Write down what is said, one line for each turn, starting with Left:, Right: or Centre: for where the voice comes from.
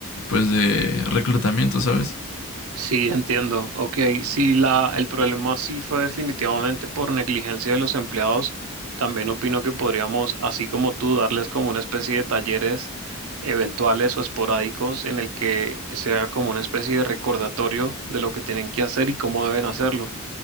Left: pues, de reclutamiento, ¿sabes?
Right: Sí, entiendo. Ok, si la, el problema sí fue definitivamente por negligencia de los empleados, también opino que podríamos, así como tú, darles como una especie de talleres eventuales o esporádicos en el que sea como una especie de recordatorio de lo que tienen que hacer y cómo deben hacerlo.